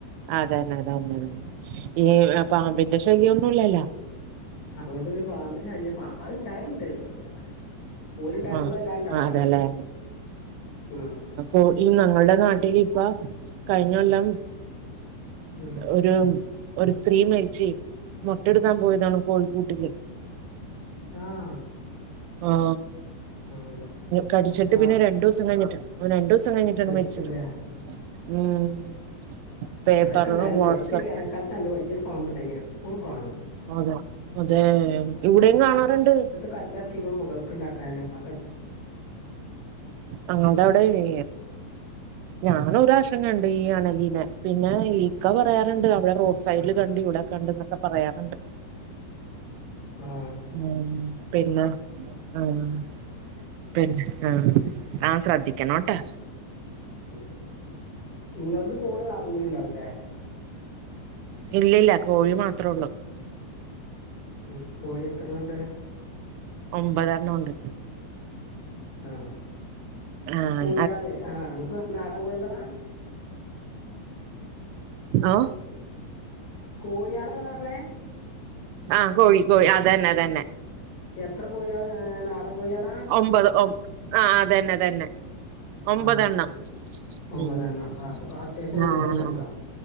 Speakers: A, on the right; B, on the left.
A: അത അതേ അതേ തന്നെ അത തന്നെത തന്നെ ഈ പാമ്പിന്റെ ശല്യം ഒന്നും ഇല്ലല്ലോ.
B: അതുകൊണ്ട് പിന്നെ പാമ്പിൻ്റെ ശല്യ പാമ്പാൾ ഉണ്ടായാലുണ്ട് തൊടു ലൊ ഓല് ണ്ടായത
A: ആഹ്
B: തൊണ്ട് എല്ലാ ഉണ്ടാവല
A: ആഹ് അതല്ലേ
B: ഓല് ഉ.
A: ഓ ഈ ഞങ്ങളുടെ നാട്ടിൽ ഇപ്പൊ കഴിഞ്ഞ കൊല്ലം.
B: ഉം
A: ഒരു ഒരു സ്ത്രീ മരിച്ച് മൊട്ടെടുക്കാൻ പോയതാണ് കോഴിക്കൂട്ടില്.
B: ആഹ
A: ആ
B: അള്ളാ
A: കടിച്ചിട്ട്
B: എന്നിട്ടോ
A: പിന്നെ രണ്ടു ദവസം കഴിഞ്ഞിട്ട്. അവ രണ്ടു ദിവസം കഴിഞ്ഞിട്ടാണ്
B: മരിച്ചുല്ലേ
A: മരിച്ചത് ഉം. പേപ്പറിലും
B: ഇവിടെൊക്കെണ്ടാലുണ്ട്
A: വാട്സപ്പ്
B: ഇവിടെപ്പ വേനക്കാലത്തല്ല വല്യ ഒരു പാമ്പുണ്ടണ്ടായിരുന്നു എപ്പോഴും കാണും.
A: അതെ അതെ ഇവിടെയും കാണാറുണ്ട്.
B: കല്ലറക്കികളും മുകൾക്ക ഉണ്ടാക്കാനെ. പ
A: അങ്ങുടെ
B: ഉം
A: അവിടെ. ഇനി ഞാനൊരാശങ്കുണ്ട് ഈ അണലീനെ പിന്നെ ഇക്ക പറയാറുണ്ട് അവിടെ. റോഡ് സൈഡില്
B: ഉം
A: കണ്ടി ഇവിടെ കണ്ടന്നൊക്കെ പറയാറ്ണ്ട്.
B: ആഹ്
A: ഉം പിന്നെ ആഹ് പിന്നെ ആഹ്
B: ഉം
A: ആഹ് ശ്രദ്ധിക്കണോട്ടൊ
B: ന്തെന്നെ ഇങ്ങൾത് കോള് നാളിം കൂടി ഇണ്ടാവുല്ലേ.
A: ഇല്ലല്ല കോഴി മാത്രേ ഒള്ളൂ.
B: ഉം കോഴി എത്രണ്ണ ണ്ട്.
A: ഒമ്പതെണ്ണം ഉണ്ട്
B: ആഹ്
A: ആഹ്
B: കോഴിയാള് ആഹ് ഇങ്ങക്ക് നാടൻ കോഴികളാ.
A: ഓ
B: കോഴിയാള ഇങ്ങളർഞ്ഞേ
A: ആഹ് കോഴി കോഴി അതെന്നെ അതെന്നെ
B: എത്ര കോഴിയളാ നാടൻ കോഴിയളാ
A: ഒമ്പത് ഒ ആഹ് തന്നെ തന്നെ ഒമ്പതെണ്ണം
B: ആ
A: പിന്നെ
B: ഒമ്പതെണ്ണം ആ അപ്പൊ അത്യാവശ്യം
A: ഉം
B: കോഴികളുണ്ടല്ലോ
A: ആഹ്